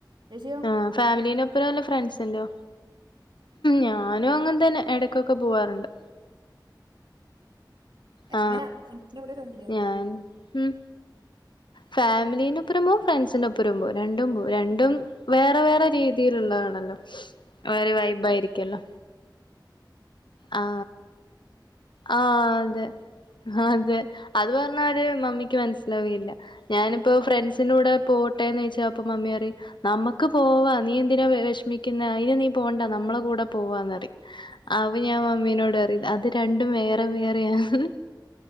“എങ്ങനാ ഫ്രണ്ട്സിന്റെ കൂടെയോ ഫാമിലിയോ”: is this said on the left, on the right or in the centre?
Right